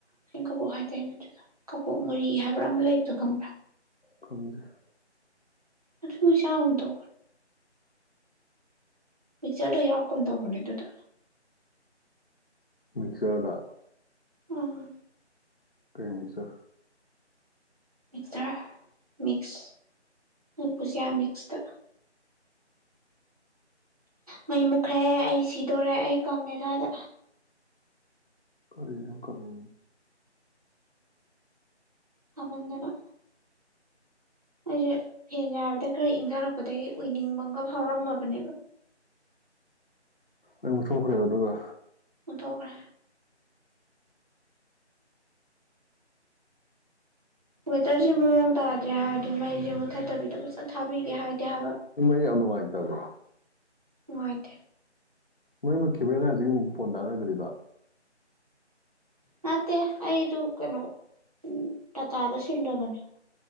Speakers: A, on the right (about 35°); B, on the left (about 50°).
A: ꯆꯤꯡ ꯀꯕꯨꯣꯛ ꯍꯥꯏꯇꯥꯦꯅꯦ ꯑꯗꯨꯗ ꯀꯄꯣꯛ ꯃꯨꯔꯤ ꯍꯥꯏꯕ꯭ꯔꯥ ꯑꯃ ꯂꯩꯕꯗꯣ ꯈꯪꯕ꯭ꯔꯥ
B: ꯀꯣꯡ꯭ꯔꯦꯁ
A: ꯑ ꯊ ꯃꯣꯏ ꯆ ꯃꯗ ꯄꯤꯛꯆꯔꯗꯣ ꯌꯥꯎꯔꯛꯀꯅ ꯇꯧꯕꯅꯦ ꯑꯗꯨꯗ
B: ꯃꯛꯁꯔꯗꯥ
A: ꯑꯥ
B: ꯀꯩꯃꯤꯁ
A: ꯃꯤꯛꯆꯔ ꯃꯤꯛꯁ ꯎ ꯄꯨꯁꯤꯌꯥ ꯃꯤꯛꯁꯇ ꯃꯩ ꯃꯨꯛꯈ꯭ꯔꯦ ꯑꯩ ꯁꯤꯗꯣꯔꯦ ꯑꯩ ꯀꯪꯉꯦ ꯁ꯭ꯋꯥꯏꯗ
B: ꯀꯔꯅ ꯀꯃ
A: ꯁꯃꯟꯗꯅ ꯑꯩꯁꯦ ꯁꯦꯡꯅ ꯍꯥꯏꯔꯕꯗ ꯈꯔ ꯏꯪꯊꯔꯛꯄꯗꯒꯤ ꯎꯏꯅꯤꯡꯕ ꯑꯃꯒ ꯍꯧꯥꯎꯔꯝꯃꯕꯅꯦꯕ
B: ꯑꯩꯕꯨ ꯁꯣꯛꯈ꯭ꯔꯦꯕ ꯑꯗꯨꯒ
A: ꯇꯈ꯭ꯔꯦ ꯋꯦꯗꯔꯁꯤꯦ ꯃꯑꯣꯡ ꯇꯥꯗ꯭ꯔꯦ ꯍꯥꯏꯔꯗꯤ ꯃꯩꯁꯦ ꯃꯨꯊꯠꯇꯕꯤꯗ ꯐꯖꯅ ꯊꯥꯕꯤꯒꯦ ꯍꯥꯏꯗꯤꯦ ꯍꯥꯏꯕ
B: ꯌꯥꯝꯅꯨꯡꯉꯥꯏꯇꯕꯣ
A: ꯃꯅꯨꯡꯉꯥꯏꯇ
B: ꯃꯩ ꯃꯠꯈꯤꯕ꯭ꯔꯦꯅ ꯍꯧꯖꯤꯛ ꯑꯃꯨꯛ ꯐꯣꯟ ꯇꯥꯟꯅꯗ꯭ꯔꯤꯗ
A: ꯃꯠꯇꯦ ꯑꯩꯗꯨ ꯀꯩꯅꯣ ꯎ ꯇꯇꯥ ꯑꯗꯨ ꯁꯤꯜꯂꯕꯅꯤ